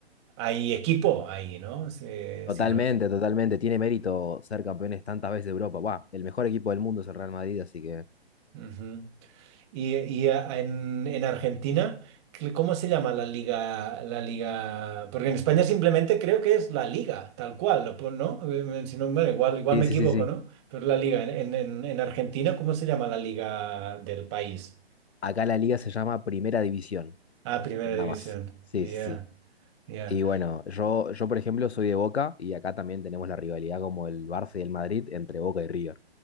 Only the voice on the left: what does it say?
Totalmente,
totalmente. Tiene mérito ser campeones tantas veces de Europa. Buah, el mejor equipo del mundo es el Real Madrid, así que.
Sí,
sí,
sí, sí.
Acá la liga se llama Primera División,
nada
más. Sí,
sí, sí.
Y bueno, yo, yo por ejemplo soy de Boca y acá también tenemos la rivalidad como el Barça y el Madrid entre Boca y River.